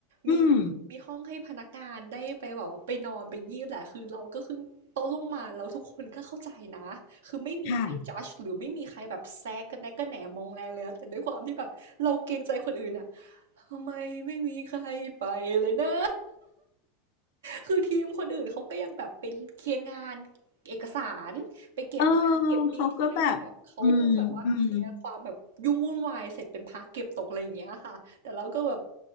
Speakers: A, on the left; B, on the right.
A: อืม
B: มีมีห้องให้พนักงานได้ไปแบอกว่าไปนอนไปงีบแหละคือเราก็คือโต้รุ่งมาแล้วทุกคนก็เข้าใจนะคือไม่มีใครจัดหรือไม่มีใครแบบแซกกันแนะกันแหนมองแรงเลยนะแต่ด้วยความที่แบบเราเกรงใจคนอื่นอ่ะ
A: ค่ะ
B: ทำไมไม่มีใครไปเลยนะ คือทีมคนอื่นเขาก็ยังแบบเป็นเคลียร์งานเอกสารไปเก็บงานเก็บดีเทลที่แบบเขาเพิ่งแบบว่าเคลียร์ความแบบยุ่งวุ่นวายเสร็จเป็นพาร์ทเก็บตกอะไรอย่างเงี้ยค่ะแต่เราก็แบบ
A: เออเขาก็แบบอืมอืม